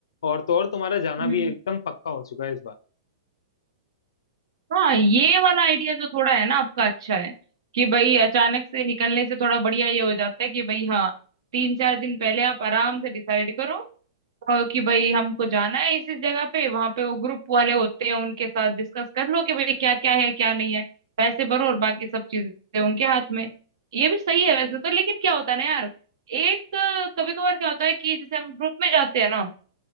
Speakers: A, on the left; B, on the right.
A: और तो और तुम्हारा जाना
B: हम्म।
A: भी एकदम पक्का हो चुका है इस बार
B: हाँ ये वाला आइडिया जो थोड़ा है ना आपका अच्छा है कि भाई अचानक से निकलने से थोड़ा बढ़िया ये हो जाता है कि भाई हाँ तीन चार दिन पहले आप आराम से डिसाइड करो अ, कि भाई हमको जाना है इस इस जगह पे वहां पे वो ग्रुप वाले होते हैं उनके साथ डिस्कस कर लो कि भाई क्या क्या है क्या नहीं है पैसे भरो और बाकी सब चीजें उनके हाथ में ये भी सही है वैसे तो लेकिन क्या होता है ना यार एक कभी कभार क्या होता है कि जैसे हम ग्रुप में जाते हैं ना